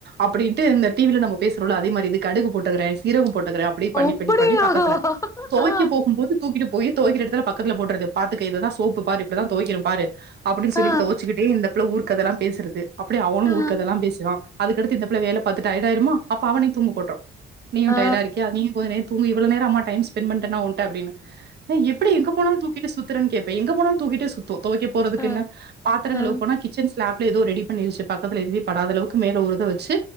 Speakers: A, on the right (about 55°); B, on the left (about 15°).
A: அப்டின்ட்டு இந்த டி வில நம்ம பேசுறோல அதே மாரி இது கடுகு போட்டுக்கறே சீரகோ போட்டுக்கறே அப் அப்டி பண்ணி
B: அப்படியா?
A: பண்ணி பண்ணி பக்கத்துல தொவைக்கப்
B: ஆ,
A: போகும்போது தூக்கிட்டுபோயி தொவைக்கிற எடத்துல பக்கத்துல போட்டர்றது பாத்துக்க இதுதா சோப்பு பாரு இப்டிதா தொவைக்கணும் பாரு அப்பிடின் சொல்லிட்டு
B: ஆ,
A: தொவச்சிகிட்டே இந்தப் புள ஊர் கதலாம் பேசறது அப்டியே அவனும்
B: ஆ,
A: ஊர்க்கதலாம் பேசுவா அதுக்கடுத்து இந்தபுள வேல பாத்து டயடாயிருமா அப்ப அவனையுந் தூங்க போட்ரு நீயு
B: ஆ.
A: டயடா இருக்கியா நீயு கொஞ்ச நேரந் தூங்கி இவ்ளா நேரோ அம்மா டைம் ஸ்பெண்ட் பண்ட்டனா ஊன்ட்ட அப்டினு ஏ எப்டி எங்க போனாலு தூக்கிட்டு சுத்தறன் கேப்பே எங்க போனாலு தூக்கிட்டு சுத்து தொவைக்கப் போறதுக்கு
B: ஆ,
A: என்ன பாத்திரங்கலுவப்
B: ஆ.
A: போனா கிச் ச்சன் ஸ்லாப்ல எதோ ரெடி பண்ணிருச்சு பக்கத்துல எதுவுமே படாத அளவுக்கு மேல ஒரு இத வச்சு